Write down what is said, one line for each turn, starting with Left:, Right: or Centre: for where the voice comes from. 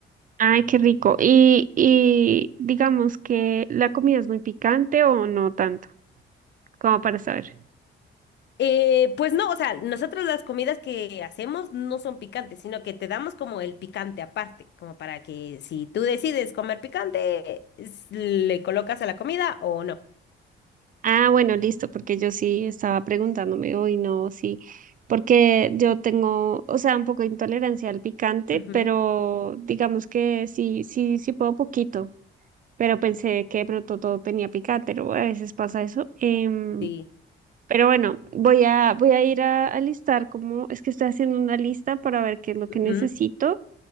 Right: Ay, qué rico. Y, y digamos que la comida es muy picante o no tanto, como para saber.
Left: Eh, pues no, o sea, nosotros las comidas que hacemos no son picantes, sino que te damos como el picante aparte, como para que si tú decides comer picante, es- le colocas a la comida o no.
Right: Ah, bueno, listo, porque yo sí estaba preguntándome hoy, no, sí, porque yo tengo, o sea, un poco de intolerancia al picante,
Left: Ujú.
Right: pero digamos que sí, sí, sí puedo poquito. pero pensé que de pronto todo tenía picante, ¿no? A veces pasa eso. Em,
Left: Sí.
Right: pero bueno, voy a, voy a ir a, a listar como es que estoy haciendo una lista para ver qué es lo que
Left: Ujú.
Right: necesito.